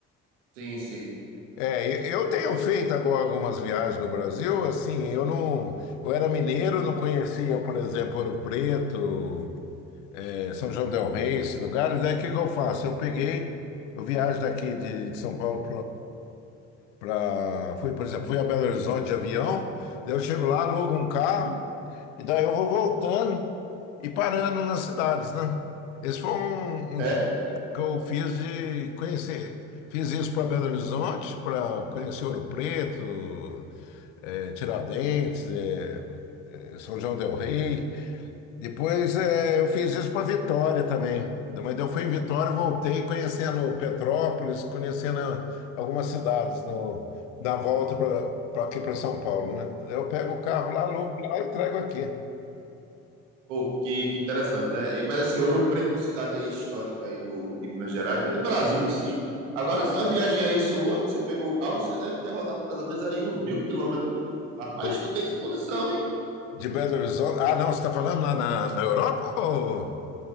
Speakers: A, on the right (about 90°); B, on the left (about 85°).
A: Sim, sim.
B: É, e- eu tenho feito agora algumas viagens no Brasil, assim, eu não, eu era mineiro, não conhecia, por exemplo, Ouro Preto, eh, São João del Rei, esses lugares, daí o que que eu faço? Eu peguei, eu viajo daqui de, de São Paulo Pra, fui, por exemplo, fui a Belo Horizonte de avião, daí eu chego lá, alugo um carro, e daí eu vou voltando e parando nas cidades, né? Esse foi um,
A: É?
B: um jeito que eu fiz de conhecer. Fiz isso para Belo Horizonte, para conhecer Ouro Preto, eh, Tiradentes, eh, eh, São João del Rei. Depois eh, eu fiz isso para Vitória também. Mas eu fui em Vitória, voltei conhecendo Petrópolis, conhecendo ah, algumas cidades no, na volta para aqui para São Paulo, né? Eu pego o carro lá, alugo lá e entrego aqui.
A: Pô, que, que interessante, né? E- Mas assim, Ouro Preto, cidade aí histórica aí do, de Minas Gerais, né? Do Brasil em si. Agora, essa viagem aí sua, que você pegou o carro, você deve ter rodado mais ou menos aí uns mil quilômetros, né? Rapaz,
B: Eu-
A: tu tem disposição, hein?
B: de Belo Horizonte. Ah, não, você está falando lá na, na Europa? Ou,